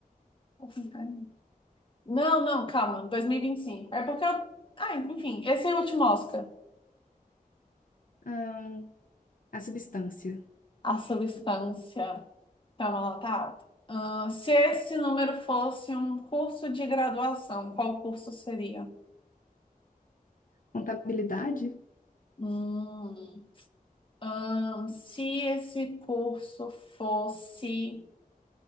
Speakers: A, on the left (about 35°); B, on the left (about 65°).
A: o filme, né? Não, não, calma, 2025. É porque eu. Ah, enfim, esse é o último Oscar.
B: Ahn, a substância.
A: A substância. Calma, ela tá alta. Ah, se esse número fosse um curso de graduação, qual curso seria?
B: Contabilidade?
A: Hum, ahn, se esse curso fosse.